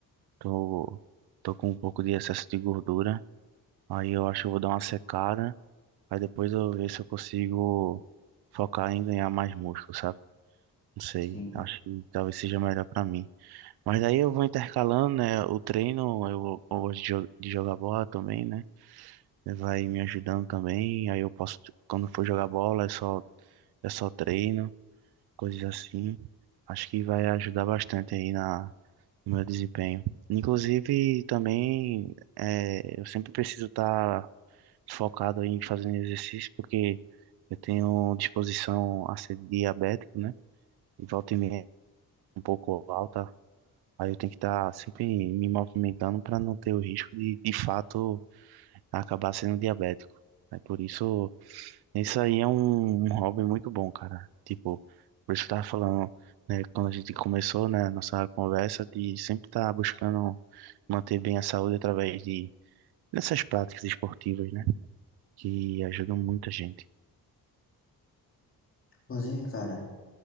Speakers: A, on the right; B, on the left.
A: Tô, tô com um pouco de excesso de gordura. Aí eu acho que eu vou dar uma secada. Aí depois eu ver se eu consigo focar em ganhar mais músculo, sabe? Não sei.
B: Sim.
A: Acho que talvez seja melhor pra mim. Mas daí eu vou intercalando, né? O treino, eu, eu gosto de, jo- de jogar bola também, né? Vai me ajudando também. Aí eu posso, quando for jogar bola, é só, é só treino, coisas assim. Acho que vai ajudar bastante aí na no meu desempenho. Inclusive, também é, eu sempre preciso estar focado em fazer exercício, porque eu tenho disposição a ser diabético, né? E volta e meia é um pouco alta. Aí eu tenho que estar sempre me movimentando para não ter o risco de, de fato, acabar sendo diabético. É por isso isso aí é um, um hobby muito bom, cara. Tipo, por isso que eu tava falando, né, quando a gente começou, né, nossa conversa, de sempre estar buscando manter bem a saúde através de dessas práticas esportivas, né, que ajudam muita gente.
B: Inclusive, cara,